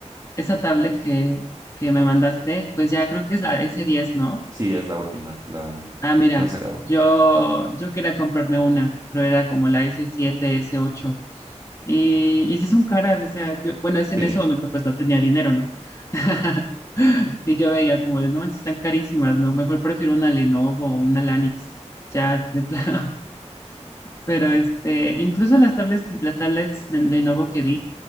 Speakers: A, on the left; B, on the right.
A: esa tablet que, que me mandaste, pues ya creo que es la s diez, ¿no?
B: Sí, es la última, la
A: Ah, mira,
B: que han sacado.
A: yo, yo quería comprarme una, pero era como la s siete, s ocho Y, y sí son caras, o sea, yo, bueno, es en
B: Sí,
A: ese momento pues no tenía dinero, ¿no? <laughs> Y yo veía como de, no manches, están carísimas, ¿no? Mejor prefiero una Lenovo o una Lanix, ya de plano. Pero este, incluso las tablets, las tablets de Lenovo que vi,